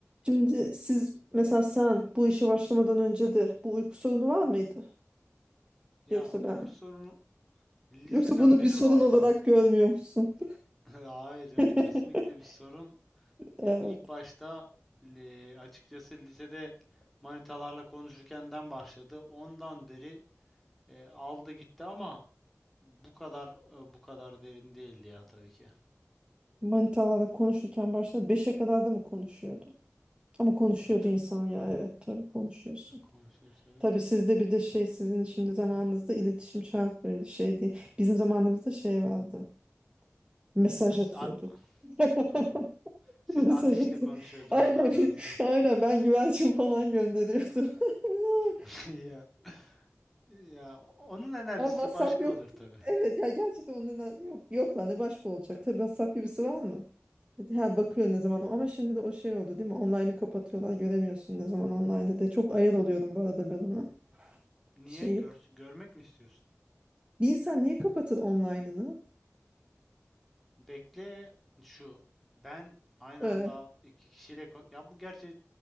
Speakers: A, on the right (about 20°); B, in the centre.
A: Şimdi siz mesela sen bu işe başlamadan önce de bu uyku sorunu var mıydı?
B: Ya
A: Yoksa
B: uyku
A: ben
B: sorunu liseden
A: yoksa bunu
B: beri
A: bir sorun
B: vardı.
A: olarak görmüyor musun?
B: <laughs> Hayır canım
A: <laughs>
B: kesinlikle bir sorun.
A: Evet.
B: Ya ilk başta li- açıkçası lisede manitalarla konuşurkenden başladı. Ondan beri e, aldı gitti ama bu kadar e, bu kadar derin değildi ya tabii ki.
A: Manitalarla konuşurken başta beşe kadar da mı konuşuyordu? Ama konuşuyordu
B: E, ta-
A: insan ya evet tabii konuşuyorsun.
B: Konuşuyoruz evet.
A: Tabii sizde bir de şey sizin şimdi zamanınızda iletişim şart böyle şey değil. Bizim zamanımızda şey vardı. Mesaj
B: E, siz
A: atıyorduk.
B: a-
A: <laughs>
B: doğru. Siz
A: Mesaj
B: ateşle
A: atıyor.
B: konuşuyordunuz
A: Aynen,
B: daha
A: bir-
B: doğrusu.
A: aynen ben güvercin falan gönderiyordum.
B: <laughs>
A: <laughs>
B: Ya ya onun enerjisi
A: Ama WhatsApp
B: başka
A: yoktu.
B: olur tabii.
A: Evet ya gerçekten onun yok, yok lan ne başka olacak. Tabii WhatsApp gibisi var mı? Ha bakıyor ne zaman ama şimdi de o şey oldu değil mi? Online'ı kapatıyorlar göremiyorsun ne zaman online'da diye. Çok ayar oluyorum bu arada ben ona.
B: Niye?
A: Şey,
B: Gör- görmek mi istiyorsun?
A: bir insan niye kapatır online'ını?
B: Bekle şu. Ben aynı
A: Ee,
B: anda iki kişiyle ko- ya bu gerçi